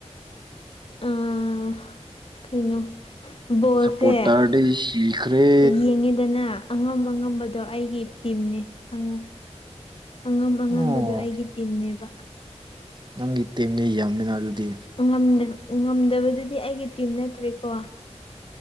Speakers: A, on the left; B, on the right.
A: ꯑꯥ ꯀꯩꯅꯣ ꯕꯣꯜꯁꯦ
B: ꯁꯞꯄꯣꯔꯇꯔꯗꯤ ꯁꯤꯈ꯭ꯔꯦ
A: ꯌꯦꯡꯉꯦꯗꯅ ꯑꯉꯝ ꯑꯉꯝꯕꯗꯣ ꯑꯩꯒꯤ ꯇꯤꯝꯅꯤ ꯈꯪꯉꯨ ꯑꯉꯝ ꯑꯉꯝꯕꯗꯣ
B: ꯑꯣ
A: ꯑꯩꯒꯤ ꯇꯤꯝꯅꯦꯕ
B: ꯅꯪꯒꯤ ꯇꯤꯝꯗꯤ ꯌꯥꯝꯃꯤꯅ ꯑꯗꯨꯗꯤ
A: ꯉꯝꯗ ꯉꯝꯗꯕꯗꯨꯗꯤ ꯑꯩꯒꯤ ꯇꯤꯝ ꯅꯠꯇ꯭ꯔꯦꯀꯣ